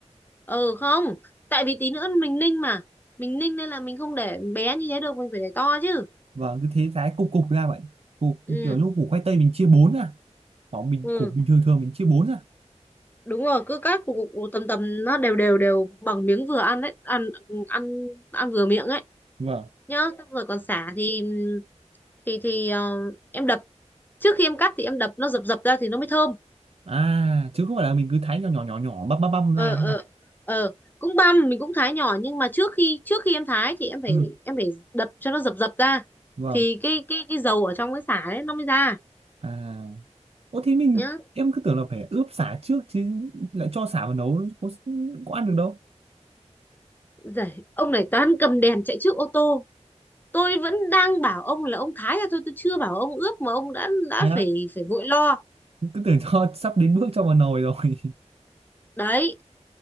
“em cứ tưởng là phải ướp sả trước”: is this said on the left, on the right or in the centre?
Right